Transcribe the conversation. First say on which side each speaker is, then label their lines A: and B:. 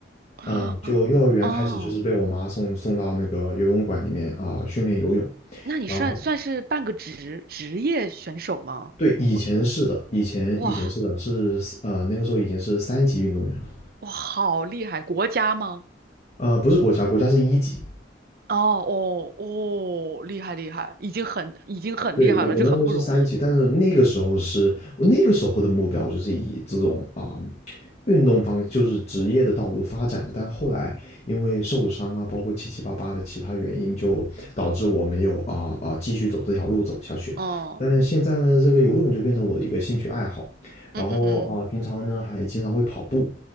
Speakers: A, on the right; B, on the left.
A: <gasps>
B: 呃，就幼儿园开始就是被我妈送送到那个游泳馆里面啊、
A: 哦，
B: 训练游泳，
A: 那你算算是半个职职业选手吗？
B: 然后对以前是的，
A: 会
B: 以前以前是的是呃那个时候已经是三级运动员了，
A: 哇哇，好厉害！国家吗？
B: 呃不是国家，国家是一级，
A: 哦哦哦，厉害厉害，已经很已经很厉害了，
B: 对，我我那时候是三级，
A: 这很不容易。
B: 但是那个时候是我那个时候的目标就是以这种啊、运动方就是职业的道路发展的，但后来因为受伤啊，包括七七八八的其他原因，就导致我没有啊啊、继续走这条路走下去。
A: 哦，
B: 但是现在呢，这个游泳就变成我的一个兴趣爱好，
A: 嗯嗯嗯
B: 然后啊、平常呢还经常会跑步，